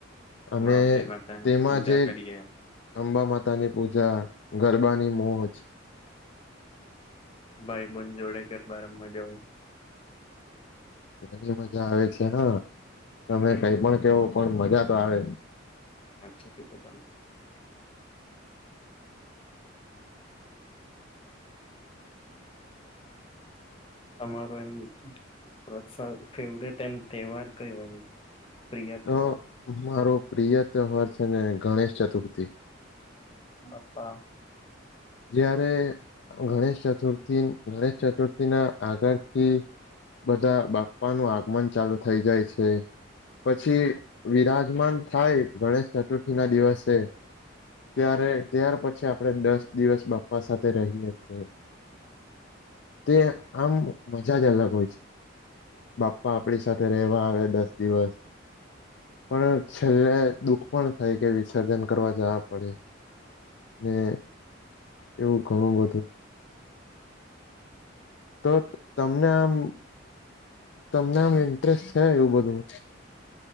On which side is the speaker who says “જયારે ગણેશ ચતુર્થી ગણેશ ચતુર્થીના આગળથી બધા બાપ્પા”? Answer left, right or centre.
Left